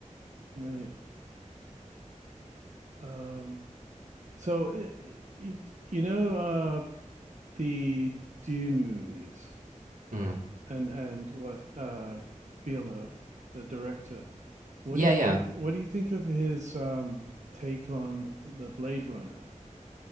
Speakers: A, on the right; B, on the right.
A: Right. Um, so it, it, you know uh, the Dune movies
B: Hmm.
A: and and what uh, Villeneuve, the director. What
B: Yeah,
A: do you
B: yeah.
A: think? What do you think of his um, take on the Blade Runner?